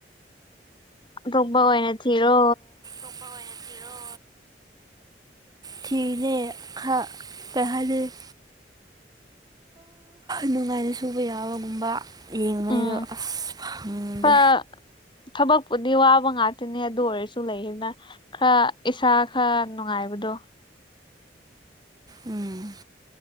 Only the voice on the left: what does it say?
ꯑꯇꯣꯞꯄ ꯑꯣꯏꯅ ꯊꯤꯔꯣ
ꯎꯝ
ꯈꯔ ꯊꯕꯛꯄꯨꯗꯤ ꯋꯥꯕ ꯉꯥꯛꯇꯅꯦ ꯑꯗꯨ ꯑꯣꯏꯔꯁꯨ ꯂꯩꯌꯦꯅ ꯈꯔ ꯏꯁꯥ ꯈꯔ ꯅꯨꯡꯉꯥꯏꯕꯗꯣ